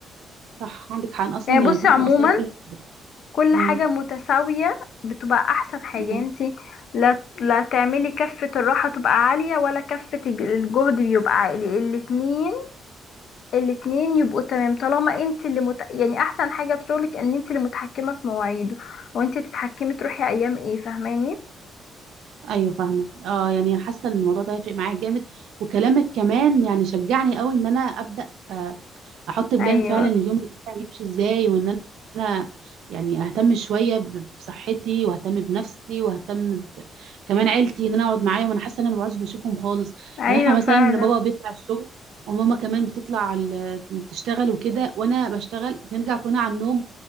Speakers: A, on the right (about 80°); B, on the left (about 65°).
A: صح عندك حق أنا اصلا
B: يعني
A: يعني
B: بصي
A: كنت
B: عموما
A: مقصره في كل حاجه
B: كل
A: مم.
B: حاجة متساوية بتبقى احسن حاجة
A: مم.
B: يعني انتي لا لا تعملي كفة الراحة تبقى عالية ولا كفة الج- الجهد بيبقى عالي الاتنين الاتنين يبقوا تمام طالما انت اللي مت... يعني احسن حاجة في شغلك ان انت اللي متحكمة في مواعيده وانت تتحكمي تروحي ايام ايه فاهماني
A: ايوه فاهمه اه يعني حاسه ان الموضوع ده هيفرق معايا جامد وكلامك كمان يعني شجعني قوي ان انا ابدا آه، احط بلان
B: ايوه
A: فعلا اليوم بتاعي يمشي ازاي وان انا أنا يعني اهتم شويه ب- بصحتي واهتم بنفسي واهتم ب... كمان عيلتي ان انا اقعد معاهم انا حاسه ان انا ما بقعدش بشوفهم خالص
B: ايوه
A: لان احنا مثلا
B: فعلا
A: بابا بيطلع الشغل وماما كمان بتطلع ال- تشتغل وكده وانا بشتغل بنرجع كلنا على النوم